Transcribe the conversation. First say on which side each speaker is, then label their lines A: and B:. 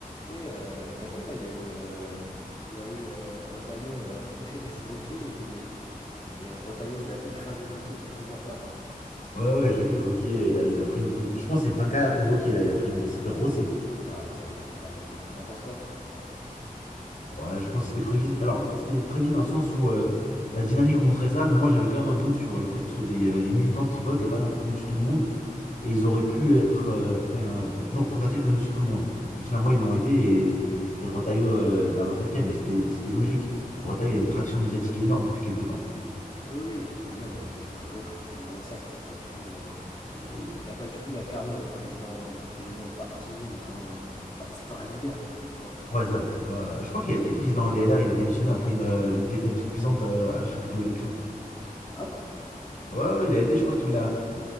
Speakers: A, on the left; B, on the left.
A: Et euh, t'as vu là, il y a eu, euh, il y a eu euh, Retailleau euh, <laughs> vs Wauquiez et, et Retailleau il a écrasé Wauquiez, t'as pu voir ça?
B: Ouais, ouais, j'ai vu Vauquier, il a, il a pris une. une- Je pense que c'est une fin de carrière pour Vauquier, là. Il, a pris une- il s'est fait rosser.
A: Ouais, ça y est, c'est terminé. hein. T'en penses quoi?
B: Ouais, je pense que c'était prévisible. Alors, c'était prévisible dans le sens où euh, la dynamique montrait ça, mais moi j'avais quand même un doute sur le fait que ce soit des, euh, des militants qui votent et pas n'importe- monsieur tout le monde. Et ils auraient pu être, euh, enfin, être non représentatifs de monsieur tout le monde. Mais finalement, ils l'ont été et, et Rotaillot euh, l'a massacré, mais c'était c'était logique. Rotaillot, il a une traction médiatique énorme depuis quelques temps.
A: Oui, oui, et puis même, c'est- enfin, l'autre a rien dans le sac. C'est pas du tout un,
B: Euh, et-
A: il a pas du tout la carrure d'un président, d'un président de parti ou d'un, enfin, c'est pas un leader, tu vois.
B: Ouais, ça, c'est pas. Je crois qu'il a été président DLR, il a démissionné après une, euh, une défaite cuisante euh, à je sais plus quelle élection.
A: Ah bon?
B: Ouais, ouais, il a aidé, je crois qu'il a,